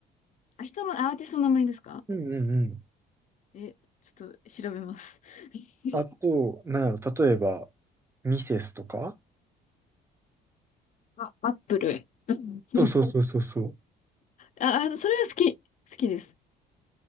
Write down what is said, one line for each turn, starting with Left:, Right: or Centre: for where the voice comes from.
Left: あ、人のアーティストの名前ですか
Right: うんうんうん。
Left: え、ちょっと調べます。<laughs>
Right: あと、なんやろ、例えば、ミセスとか
Left: あ、アップル。うんうん
Right: そうそうそうそうそう。
Left: あ、あそれは好き。好きです。